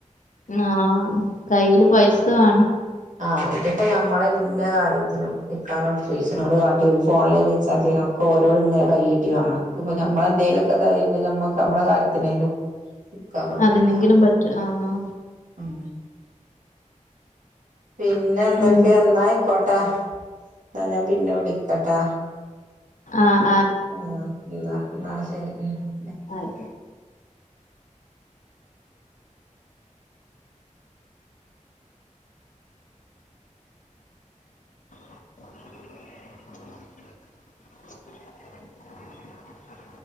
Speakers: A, on the left; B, on the right.
A: ആഹ് കയ്യില് പൈസ വാണം
B: ആഹ് ഇതിപ്പോ ഞമ്മളെ എല്ലാ കാര്യത്തിനും ഇക്കാനോട് ചോയ്ച്ചണം. ഇങ്ങള് കാട്ടി ഫോണില് റീചാർജെയ്യണം ഒക്കോരോട്ങ്ങനെ കയ്യീട്ടി വാങ്ങണം. ഇത്പ്പൊ നമ്മളെന്തേലൊക്കെ ഇതായിണ്ടെ, നമ്മക്ക് നമ്മളെ കാര്യത്തിനേലും <unintelligible>
A: അതിനെങ്കിലും
B: ആപ്പൊ
A: പറ്റും ആഹ്
B: ഉം. പിന്നെന്തൊക്കെ?
A: ഉം
B: ഇന്നായ്ക്കോട്ടെ. ഇന്നാ ഞാൻ പിന്നെ വിളിക്കട്ടാ.
A: ആഹ്
B: ആഹ് ഇന്നാ ഇന്നാ ശെരി ഉം.
A: ആയ്ക്കോ <unintelligible>